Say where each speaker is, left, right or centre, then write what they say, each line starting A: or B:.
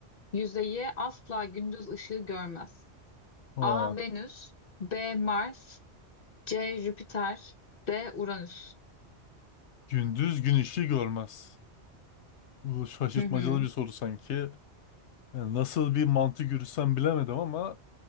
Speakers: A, on the left; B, on the left.
A: yüzeyi asla gündüz ışığı görmez?
B: Ha,
A: A. Venüs, B. Mars, C. Jüpiter, D. Uranüs.
B: gündüz gün ışığı görmez. Bu şaşırtmacalı
A: Hı hı.
B: bir soru sanki. Yani nasıl bir mantık yürütsem bilemedim ama